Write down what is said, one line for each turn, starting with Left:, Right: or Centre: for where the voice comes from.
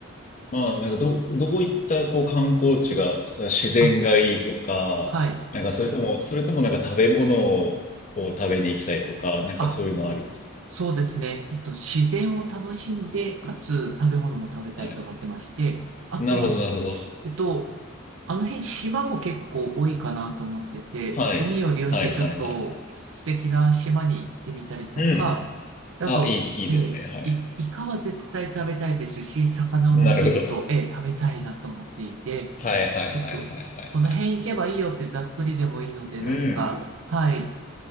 Left: まあ、なんかど、どういったこう観光地が、自然がいいとか、
Right: あ、はい。
Left: なんかそれとも、それともなんか食べ物を食べに行きたいとか、なんかそういうのあります。
Right: あ、そうですね。えっと、自然を楽しんで、かつ食べ物も食べたいと思ってまして、
Left: はい。
Right: あとはす、
Left: なるほど、なるほど。
Right: えっと、あの辺島も結構多いかなと思ってて、
Left: はい。
Right: 海を利用してちょっと素敵な島に行ってみたりとか、
Left: はい、はい、はい、はい。うん。
Right: あと、
Left: あ、いい、いいですね。
Right: えーイ、
Left: はい。
Right: イカは絶対食べたいですし、魚もちょっと、
Left: なるほど。
Right: えー食べたいなと思っていて、
Left: はい、はい、
Right: ちょっと、
Left: はい、はい、はい、
Right: この辺行けばいいよってざっくりでもいいので何か、
Left: はい。うん。
Right: はい、